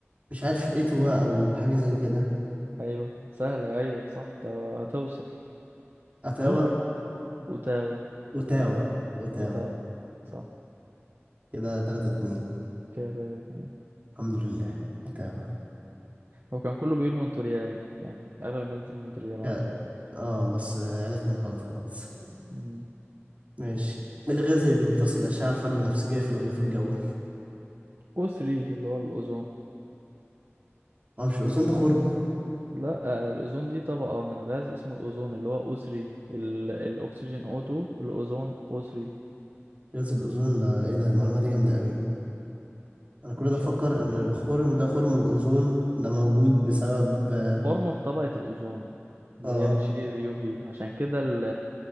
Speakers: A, on the right; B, on the right.
A: مش عارف اتوا او حاجة زي كده
B: ايوه سهله ايوه صح تو- هتوصل
A: اتاوا
B: قول اوتاوا
A: اوتاوا
B: اوتاوا صح
A: اوتاوا
B: اوتاوا صح
A: كده تلاتة اتنين
B: كده تلاتة اتنين
A: الحمد لله اوتاوا
B: هو كان كله بيقول مونتريال يعني اغلب الناس بتقول مونتريال على
A: يا-
B: طول
A: اه بس آه، عرفنا الغلط خلاص
B: مم.
A: ماشي الغاز اللي بيمتص الأشعة الفوق البنفسجية في الغلاف الجوي
B: او 3 اللي هو الاوزون
A: هو مش الأوزون ده خرم
B: لا آه، الأوزون دي طبقة من غاز اسمه الأوزون اللي هو أو3 ال... الأكسجين O2 الأوزون O3
A: غاز الأوزون ده ايه ده المعلومة دي جامدة قوي أنا كل
B: مش
A: ده أفكر إن الخرم ده خرم الأوزون ده موجود بسبب اه
B: فورمة في مم. طبقة الأوزون اللي
A: آه،
B: هي بتشيل اليو في عشان كده ال...